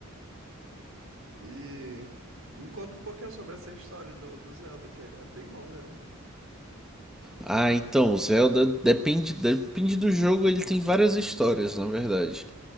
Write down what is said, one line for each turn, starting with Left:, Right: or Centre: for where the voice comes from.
Right: E me conta um pouquinho sobre essa história do, do Zelda, que ele é bem longa, né?
Centre: Ah, então, Zelda depende, depende do jogo, ele tem várias histórias, na verdade.